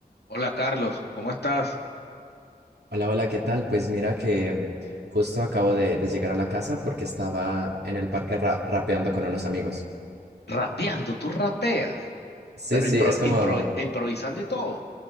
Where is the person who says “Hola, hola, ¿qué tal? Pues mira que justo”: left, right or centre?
Right